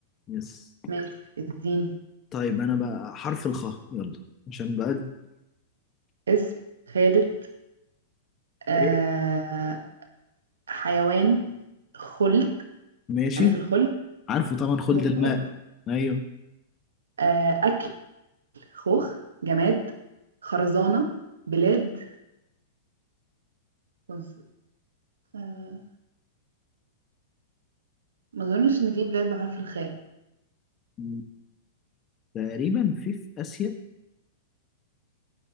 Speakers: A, on the left; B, on the right.
A: يس
B: ماشي اديني
A: طيب انا بقى حرف الخاء يلا عشان بقى
B: اسم خالد آه
A: ايه
B: حيوان خلد
A: ماشي
B: عارف الخلد
A: عارفه طبعا خلد
B: جماد
A: الماء ايوه
B: آه، أكل خوخ جماد خرزانة بلاد خز... آه، ما أظنش إن في بلاد بحرف الخاء
A: م، تقريبا في في اسيا